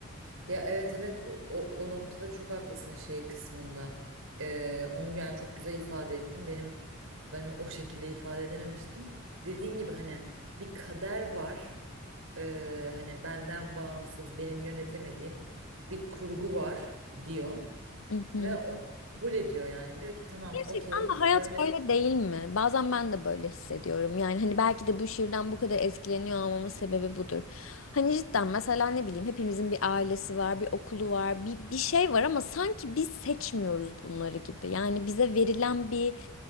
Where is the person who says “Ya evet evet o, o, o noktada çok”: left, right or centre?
Right